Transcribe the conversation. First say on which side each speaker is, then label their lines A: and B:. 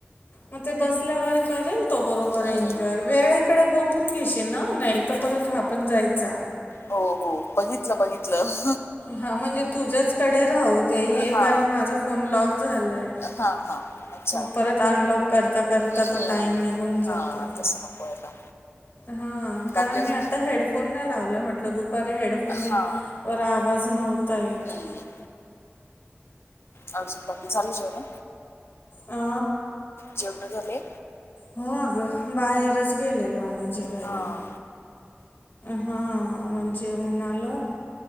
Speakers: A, on the left (about 55°); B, on the left (about 75°).
A: मग ते बसल्यावर करेल. तो बरोबर
B: हम्म
A: आहे एन्जॉय, वेळेकडे बघून घेशी ना, नाहीतर परत हा पण जायचा.
B: हो, हो बघितलं-बघितलं.
A: हा म्हणजे तुझ्याचकडे राहूदे हे
B: हा
A: कारण माझा फोन लॉक झालाय.
B: हा हा अच्छा
A: मग परत अनलॉक करता-करता
B: हम्म
A: तो टाईम निघून जातो.
B: हा तसं नको व्हायला
A: हा कारण
B: बाकी अजून
A: मी आता हेडफोन नाही लावले, म्हटलं दुपारी हेड फोन
B: हा
A: वर आवाज नव्हता येत.
B: हम्म अजून बाकी झाली जेवणं?
A: आ
B: जेवणं झाले?
A: हो अगं बाहेरच गेलेलो आम्ही जेवायला.
B: हा
A: हां म जेवुन आलो.